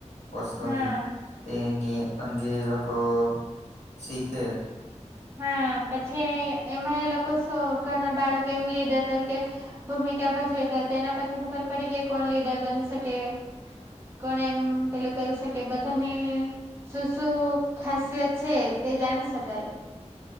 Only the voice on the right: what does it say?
હા
હા પછી એમાં એ લોકો સુ ઘણા બાળકો એમ લીડર તરીકે, ભૂમિકા ભજવે તો તેના પછી ખબર પડે કે કોણ લીડર બની શકે. કોણે એમ પેલું કરી શકે બધાને. શું શું ખાસિયત છે, તે જાણી શકાય.